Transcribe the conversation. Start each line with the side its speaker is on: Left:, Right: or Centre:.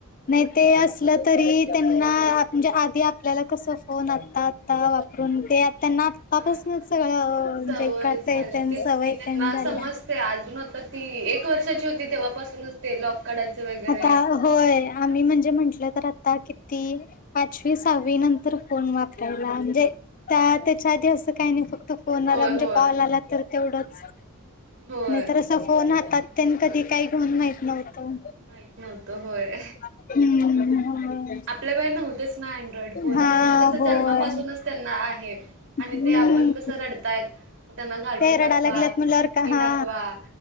Left: नाही ते असलं तरी त्यांना म्हणजे आधी आपल्याला कस फोन आत्ता आता पून ते आ त्यांना आतापासून
Right: हा
Left: सगळं म्हणजे
Right: सवय
Left: कता
Right: झालं
Left: येत आणि
Right: तेच
Left: सवयेत
Right: की त्यांना
Left: आणि झाल्या.
Right: समजते अजून आता ती एक वर्षाची होती तेव्हापासूनच ते लॉक काढायचं वगैरे
Left: आता होय, आम्ही म्हणजे म्हंटलं तर आता किती पाचवी, सहावी नंतर फोन वापरायला म्हणजे त्या त्याच्या आधी असं काही नाही फक्त फोन
Right: होय
Left: आला म्हणजे
Right: होय
Left: कॉल आला तर तेवढच
Right: होय
Left: नाही तर फोन हातात त्यांनी कधी काही घेऊन माहित नव्हतं.
Right: माहीत नव्हत होय.
Left: हम्म हम्म
Right: आपल्या वे नव्हतेच ना अँड्रॉइड फोन
Left: हा
Right: त्यांच्या कस
Left: होय.
Right: जन्मापासूनच त्यांना आहे. आणि
Left: हम्म
Right: ते आपण कसं रडतायत मग त्यांना कार्टून
Left: ते रडायला
Right: दाखवा
Left: लागल्यात म्हणल्यावर का
Right: हे
Left: हा
Right: दाखवा.